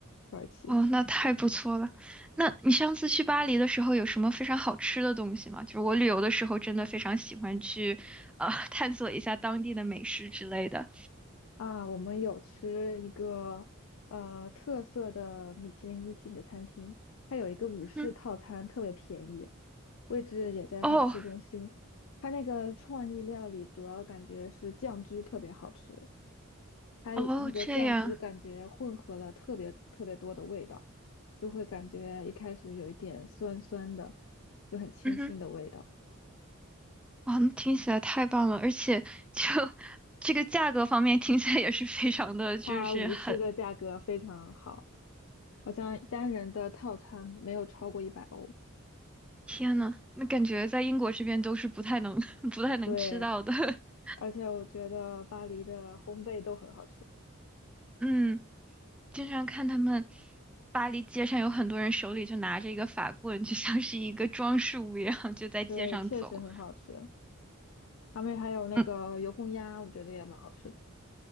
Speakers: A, on the left; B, in the centre.
A: 土耳其。
B: 哦，那太不错了。那你上次去巴黎的时候有什么非常好吃的东西吗？就是我旅游的时候真的非常喜欢去呃 <laughs> 探索一下当地的美食之类的。
A: 啊，我们有吃一个呃特色的米其林一星的餐厅，它有一个午市套餐，
B: 嗯
A: 特别便宜，位置也在很市中心。
B: 哦
A: 它那个创意料理主要感觉是酱汁特别好吃，它那个酱汁感觉混合了特别特别多的味道，
B: 哦，这样。
A: 就会感觉一开始有一点酸酸的，就很清新的味道。
B: 嗯哼，哇，那听起来太棒了，而且就 <laughs> 这个价格方面听起来也是非常的，就是很，
A: 它午市的价格非常好，好像单人的套餐没有超过一百欧。
B: 天呐，那感觉在英国这边都是不太能 <laughs> 不太能吃到的。
A: 对，
B: <laughs>
A: 而且我觉得巴黎的烘焙都很好吃，
B: 嗯，经常看他们巴黎街上有很多人手里就拿着一个法棍，就像是一个装饰物一样，就在街上走。
A: 对，确实很好吃。他们还有那个油封鸭，
B: 嗯，
A: 我觉得也蛮好吃的，